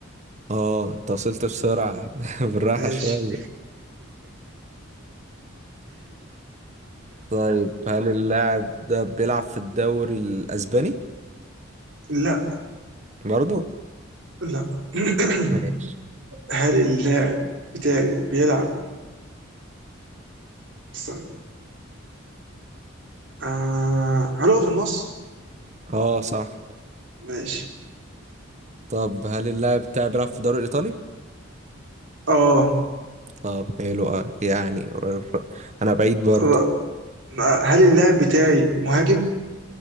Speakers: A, on the right; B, on the right.
A: اه انت وصلت بسرعة <laughs> بالراحة
B: ماشي
A: شوية طيب هل اللاعب ده بيلعب في الدوري الأسباني؟
B: <laughs> لا
A: برضو؟
B: لا <clears throat>
A: ماشي
B: هل اللاعب بتاعي بيلعب استنى آه هل هو في النص؟
A: اه صح
B: ماشي
A: طب هل اللاعب بتاعي بيلعب في الدوري الإيطالي؟
B: اه
A: طب حلو اه يعني ر- ر- أنا بعيد برضو
B: آه. هل اللاعب بتاعي مهاجم؟